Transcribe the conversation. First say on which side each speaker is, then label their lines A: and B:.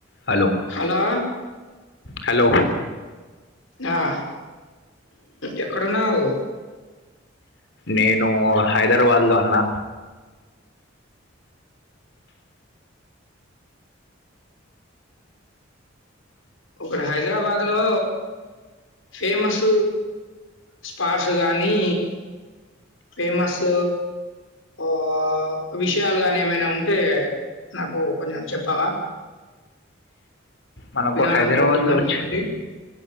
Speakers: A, on the left; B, on the left.
A: Hello
B: hello
A: hello
B: ఆ ఎక్కడున్నావు
A: నేను హైదరాబాద్ లో అన్నా
B: ఒకటి హైదరాబాద్ లో ఫేమస్ స్పార్స్ గానీ ఫేమస్ ఆ విషయాలు గాని ఏమైనా ఉంటే నాకు కొంచెం చెప్తావా
A: మనకు
B: వినాలనుకుంటున్నా
A: హైదరాబాద్లో వచ్చి
B: నీ వండి